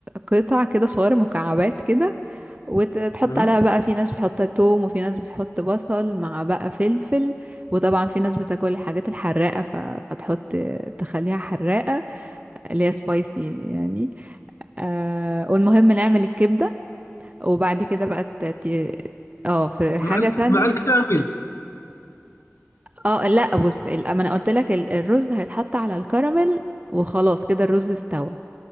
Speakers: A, on the right; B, on the left.
A: قطع كده صغيره مكعبات كده وتحط
B: اها
A: عليها بقى في ناس بتحط توم وفي ناس بتحط بصل مع بقى فلفل وطبعا في ناس بتاكل الحاجات الحراقة ف- فتحط تخليها حراقة اللي هي سبايسي يعني آه والمهم نعمل الكبدة وبعد كده بقى ت- ت- اه في حاجة
B: مع الك...
A: تانية
B: مع الكامل
A: اه لا بص ال- ما انا قلت لك ال- الرز هيتحط على الكراميل وخلاص كده الرز استوى